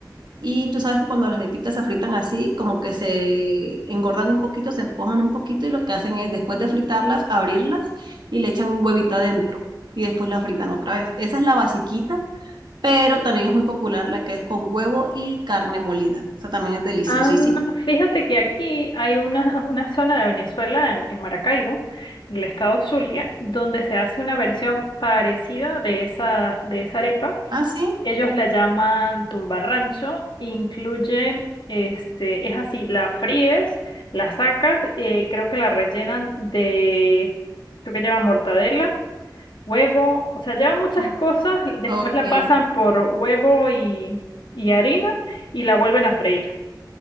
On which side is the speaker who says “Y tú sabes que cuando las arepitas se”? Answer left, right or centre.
Right